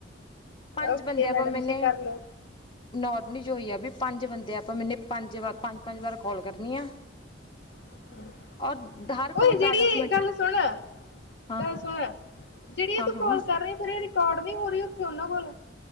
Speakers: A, on the left; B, on the left.
A: ਪੰਜ
B: ਓਕੇ
A: ਬੰਦੇ, ਆ
B: ਮੈਡਮ
A: ਵਾ ਮੈਨੇ
B: ਜੀ ਕਰ
A: ਨ,
B: ਲੋ
A: ਸ, ਜੋਈ ਆ ਵੀ ਪੰਜ ਬੰਦੇ, ਆ ਆਪਾਂ, ਮੈਨੇ ਪੰਜ ਵਾਰ, ਪੰਜ, ਪੰਜ ਵਾਰ ਕਾਲ ਕਰਨੀ ਆ।
B: <inaudible> ਉਹਹੀ
A: ਔਰ ਹਰ ਕਾਲ
B: ਜਿਹੜੀ
A: ਦਸ ਦਸ ਮਿੰਟ
B: ਗੱਲ ਸੁਣ
A: ਹਾਂ
B: ਗੱਲ ਸੁਣ ਜਿਹੜੀ ਇਹ
A: ਹਾਂ
B: ਤੂੰ
A: ਹਾਂ
B: ਕਾਲ ਕਰ ਰਹੀ ਫਿਰ ਇਹ ਰਿਕਾਰਡ ਨਹੀਂ ਹੋ ਰਹੀ ਉੱਥੇ ਉਹ ਬੋਲੋ